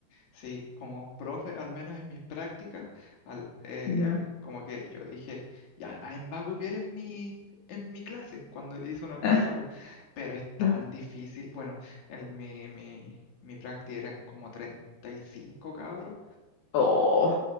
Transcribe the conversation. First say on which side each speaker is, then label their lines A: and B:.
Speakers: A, on the left; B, on the left.
A: sí, como profe, al menos en mis prácticas, al- eh,
B: Ya.
A: como que yo dije, ya nadie me va a copiar en mi, en mi clase cuando hice una
B: <laughs>
A: prueba, po". pero es tan
B: Ya.
A: difícil. Bueno, en mi, mi, mi práctica eran como 35 cabros.
B: Oh,